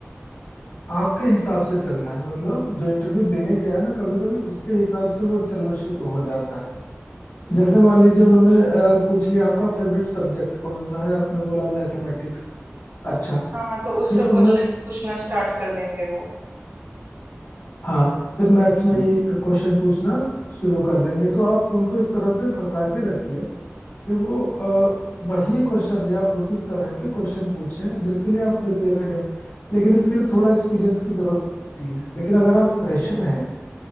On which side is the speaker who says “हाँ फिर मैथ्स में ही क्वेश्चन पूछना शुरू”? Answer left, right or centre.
Left